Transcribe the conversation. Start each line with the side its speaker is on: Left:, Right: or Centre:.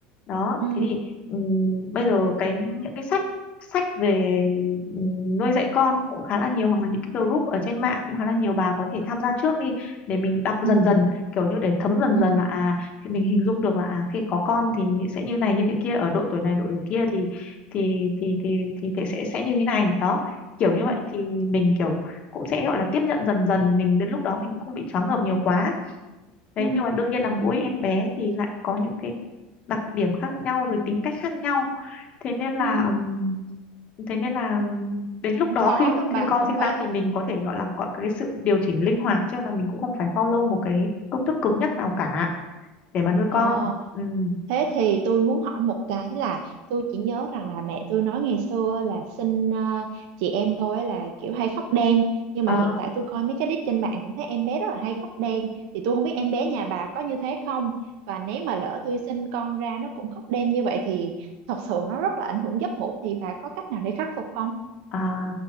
Left: Đó,
Right: ừ
Left: thế thì ừm, bây giờ cái những cái sách sách về ừm, nuôi dạy con cũng khá là nhiều hoặc là những cái group ở trên mạng cũng khá là nhiều bà có thể tham gia trước đi để mình đọc dần
Right: ừ
Left: dần kiểu như để thấm dần
Right: ừ
Left: dần là à thì mình hình dung được là à khi có con thì sẽ như này như thế kia ở độ tuổi này độ tuổi kia
Right: ừ.
Left: thì thì thì thì thì, thì sẽ sẽ như thế này. Đó, kiểu
Right: ừ.
Left: như vậy thì mình kiểu cũng sẽ gọi là tiếp nhận dần dần mình đến lúc đó mình cũng không bị choáng ngợp nhiều quá ấy. đấy
Right: Ừ,
Left: nhưng mà đương nhiên là mỗi em bé thì lại có những cái đặc điểm khác nhau rồi tính cách khác nhau thế nên là
Right: ừ,
Left: ừm, thế nên là ừm, đến lúc
Right: cũng
Left: đó
Right: khó
Left: khi
Right: đó
Left: khi
Right: bà
Left: con
Right: cũng
Left: sinh
Right: phải
Left: ra thì mình có thể gọi là có cái sự điều chỉnh linh hoạt chứ là mình cũng không phải follow một cái công thức cứng nhắc nào cả để mà nuôi
Right: ờ
Left: con Ừm,
Right: thế thì tôi muốn hỏi một cái là tôi chỉ nhớ rằng là mẹ tôi nói ngày xưa là sinh ờ, chị em tôi là kiểu hay khóc đêm nhưng
Left: ờ,
Right: mà hiện tại tôi coi mấy cái clip trên mạng cũng thấy em bé rất là hay khóc đêm thì tôi không biết em bé nhà bà có như thế không và nếu mà lỡ tôi sinh con ra nó cũng khóc đêm như vậy thì thật sự nó rất là ảnh hưởng giấc ngủ thì bà có cách nào để khắc phục không?
Left: à,